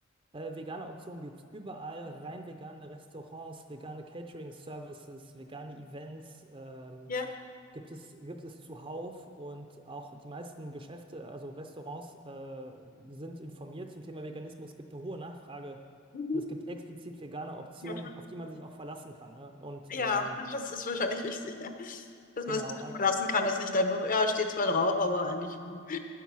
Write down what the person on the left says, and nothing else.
ja.
Mhm.
Ja,
Ja,
das ist wahrscheinlich wichtig, ja. Dass
man sich darauf
verlassen kann, dass nicht einfach, ja, steht zwar drauf, aber eigentlich. hm.